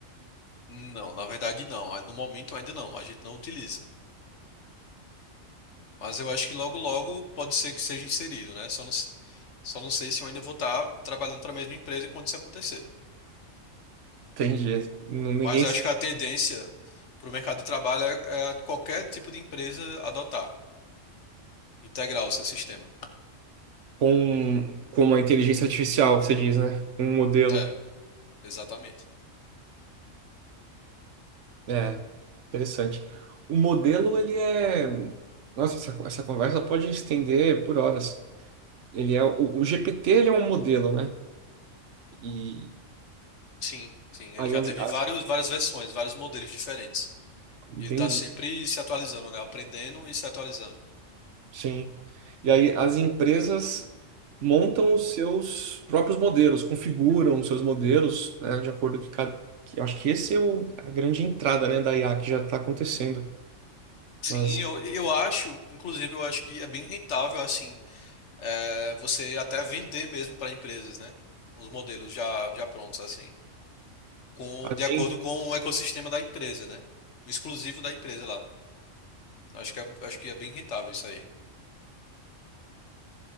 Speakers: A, on the left (about 60°); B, on the right (about 65°).
A: Não, na verdade não. No momento ainda não, a gente não utiliza. Mas eu acho que logo logo pode ser que seja inserido, né? Só não, s- só não sei se eu ainda vou estar trabalhando para a mesma empresa quando isso acontecer.
B: Entendi. é, N- Ninguém.
A: Mas eu acho que a tendência para o mercado de trabalho é, é qualquer tipo de empresa adotar, integrar o seu sistema.
B: com, com uma inteligência artificial, você diz, né? Um modelo.
A: É, exatamente.
B: É, interessante. O modelo, ele é. Nossa, essa, essa conversa pode estender por horas. Ele é o, o GPT, ele é um modelo, né? E
A: Sim, sim. Ele
B: aí
A: já
B: as,
A: teve
B: as-
A: vários, várias versões, vários modelos diferentes.
B: entendi.
A: E ele está sempre se atualizando, né? Aprendendo e se atualizando.
B: Sim. E aí as empresas montam os seus próprios modelos, configuram os seus modelos, né, de acordo com cada. que- Acho que esse é o, a grande entrada, né, da IA que já está acontecendo
A: Sim,
B: nas
A: eu, eu acho, inclusive, eu acho que é bem rentável, assim, é, você até vender mesmo para empresas, né? Os modelos já, já prontos, assim, com,
B: agências.
A: de acordo com o ecossistema da empresa, né? O exclusivo da empresa lá. Acho que é, acho que é bem rentável isso aí,